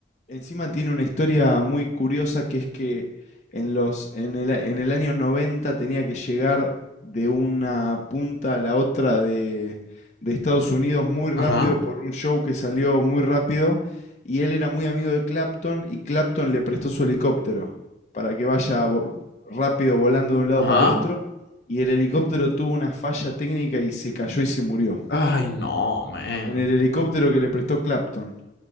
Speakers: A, on the left; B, on the left.
A: encima tiene una historia muy curiosa que es que en los, en el, en el año 90 tenía que llegar de una punta a la otra de, de Estados Unidos muy rápido
B: ajá,
A: por un show que salió muy rápido y él era muy amigo de Clapton y Clapton le prestó su helicóptero para que vaya vo- rápido volando de un lado
B: ajá.
A: para el otro y el helicóptero tuvo una falla técnica y se cayó y se murió.
B: Ay, no, man.
A: En el helicóptero que le prestó Clapton.